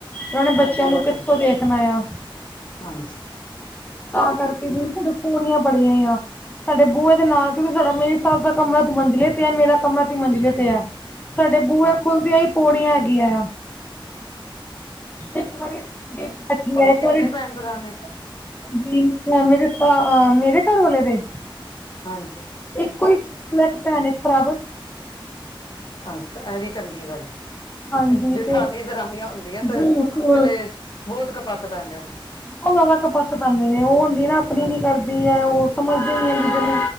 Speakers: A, on the left; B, on the left.
A: ਉਹਨਾਂ ਨੇ
B: ਹਾਂਜੀ
A: ਬੱਚਿਆਂ ਨੂੰ
B: ਉਹ ਤਾਂ
A: ਕਿੱਥੋਂ
B: ਹੈ
A: ਦੇਖਣਾ ਆ
B: ਹਾਂਜੀ
A: ਤਾਂ ਕਰਕੇ ਡੇ ਪੂਰੀਆਂ ਬੜੀਆਂ ਆ ਸਾਡੇ ਬੂਹੇ ਦੇ ਨਾਲ ਕਿਉਂਕਿ ਸਾਡਾ ਮੇਰੀ ਸਾਬ ਦਾ ਕਮਰਾ ਤੂੰ ਮੰਜਲੇ ਤੇ ਆ ਮੇਰਾ ਕਮਰਾ ਤੂੰ ਮੰਜਿਲੇ ਤੇ ਆ ਸਾਡੇ ਬੂਹੇ
B: ਅੱਛਾ
A: ਖੁੱਲਦੀਆਂ ਹੀ ਪੌੜੀਆਂ ਹੈਗੀਆਂ ਆ ਇੱਕ ਵਾਰੀ <unintelligible>
B: ਔਰ ਕਿੰਨੇ ਭੈਣ ਭਰਾ ਨੇ
A: <unintelligible> ਮੇਰੇ ਮੇਰੇ ਘਰ ਵਾਲੇ ਰ
B: ਹਾਂਜੀ
A: ਇੱਕ ਕੋਈ ਲੈ ਕੇ ਭੈਣ ਖਰਾਬ
B: ਅੱਛਾ ਇਹ ਵੀ ਚੰਗੀ ਗੱਲ ਹੈ
A: ਹਾਂਜੀ
B: ਜੇਠਾਨੀਆ
A: ਤੇ
B: ਦਰਾਨੀਆਂ ਹੁੰਦੀਆਂ ਤੇ
A: ਬਿਲਕੁਲ
B: ਕਲੇਸ਼ ਬਹੁਤ ਕਪੱਤ ਪੈਂਦੇ ਨੇ
A: ਬਹੁਤ ਜ਼ਿਆਦਾ ਕਪੱਤ ਪੈਂਦੇ ਨੇ ਉਹ ਹੁੰਦੀ ਨਾ ਆਪਣੀ
B: ਹਾਂਜੀ
A: ਨੀ ਕਰਦੀ ਹੈ ਉਹ ਸਮਝਦੇ ਨ ਹੈ ਕਿ ਨੂੰ